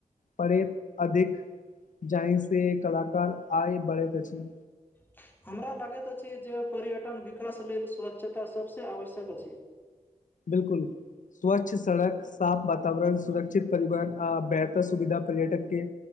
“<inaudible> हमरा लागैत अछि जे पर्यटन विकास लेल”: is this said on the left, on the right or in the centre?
Left